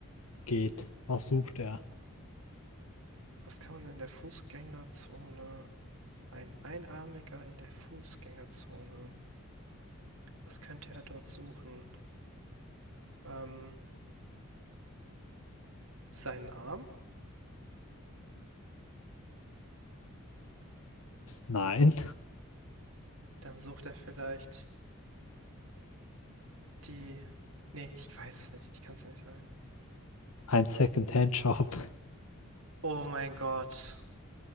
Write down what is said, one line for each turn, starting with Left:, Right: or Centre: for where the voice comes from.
Left: geht. Was sucht er?
Right: Was kann man denn in der Fußgängerzone? Ein Einarmiger in der Fußgängerzone. Was könnte er dort suchen? Ähm, seinen Arm?
Left: Nein,
Right: Dann sucht er vielleicht die. Nee, ich weiß es nicht. Ich kann es dir nicht sagen.
Left: ein Second-Hand-Shop.
Right: Oh mein Gott.